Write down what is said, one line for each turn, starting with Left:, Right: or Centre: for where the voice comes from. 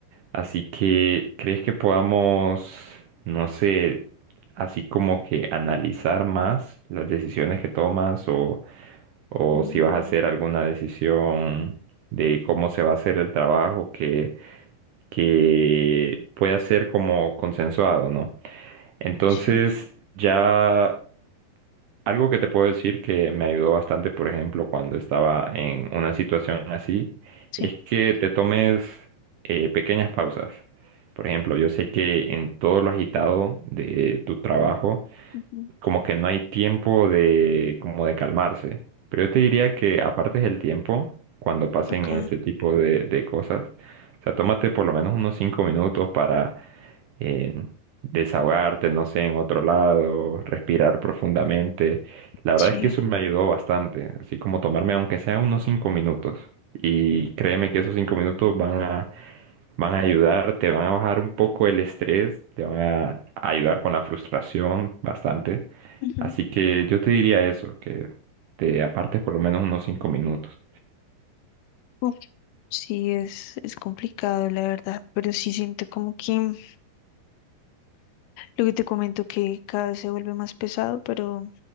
Right: así que ¿crees que podamos, no sé, así como que analizar más las decisiones que tomas o, o
Left: mm,
Right: si vas a hacer alguna decisión de cómo se va a hacer el trabajo que, que pueda ser como consensuado, ¿no? Entonces,
Left: sí,
Right: ya algo que te puedo decir que me ayudó bastante, por ejemplo, cuando estaba en una situación así,
Left: sí,
Right: es que te tomes eh, pequeñas pausas. Por ejemplo, yo sé que en todo lo agitado de tu trabajo,
Left: ujú,
Right: como que no hay tiempo de, como de calmarse. Pero yo te diría que apartes el tiempo cuando pasen
Left: ok,
Right: este tipo de, de cosas. O sea, tómate por lo menos unos cinco minutos para eh, desahogarte, no sé, en otro lado, respirar profundamente. La verdad
Left: sí.
Right: es que eso me ayudó bastante, así como tomarme aunque sea unos cinco minutos. Y créeme que esos cinco minutos van a, van a ayudar, te van a bajar un poco el estrés, te van a ayudar con la frustración bastante.
Left: ujú.
Right: Así que yo te diría eso, que te apartes por lo menos unos cinco minutos.
Left: Uf, sí, es, es complicado, la verdad, pero sí siento como que mm, lo que te comento que cada vez se vuelve más pesado, pero